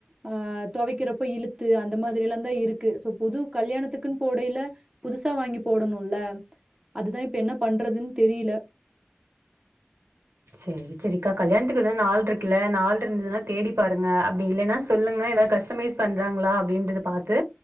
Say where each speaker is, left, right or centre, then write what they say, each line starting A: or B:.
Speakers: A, on the right; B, on the right.
A: ஆ துவைக்கிறப்ப இழுத்து அந்த மாதிரிலாம் தான் இருக்கு சோ புது கல்யாணத்துக்குன்னு போடையில புதுசா வாங்கி போடணும்ல அதுதான் இப்ப என்ன பண்றதுன்னு தெரியல
B: செரி - செரிக்கா கல்யாணத்துக்கு இன்னும் நாள் இருக்குல நாள் இருந்ததுன்னா தேடி பாருங்க அப்டி இல்லைன்னா சொல்லுங்க ஏதாவது கஸ்டமைஸ் பண்ணுறாங்களா அப்டின்றது பாத்து